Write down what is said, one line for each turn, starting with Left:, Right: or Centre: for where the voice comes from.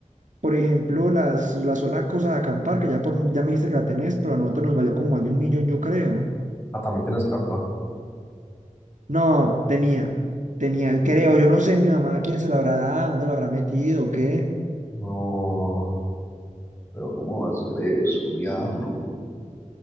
Right: por ejemplo, las, la sola cosa de acampar, que ya, por, ya me dijiste que la tenés, pero a nosotros nos valió como más de un millón, yo creo.
Left: Ah, también tiene escarpa
Right: No, tenía, tenía, creo, yo no sé mi mamá quién se la habrá dado, dónde la habrá metido, o qué.
Left: No, pero ¿cómo va a ser eso, diablo?